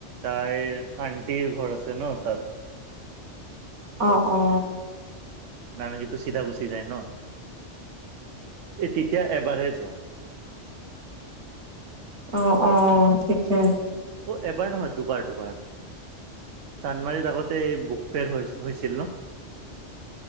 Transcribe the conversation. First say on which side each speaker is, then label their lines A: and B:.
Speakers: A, on the right; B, on the right.
A: তাইৰ আণ্টিৰ ঘৰ আছে ন তাত।
B: অ অ
A: নাৰংগীটো চিধা গুচি যায় ন? এই তেতিয়া এবাৰহে যোৱা।
B: অ অ ঠিকে।
A: অ' এবাৰ নহয় দুবাৰ দুবাৰ। চান্দমাৰিত আগতে এই বুক ফেয়াৰ হৈ হৈছিল ন?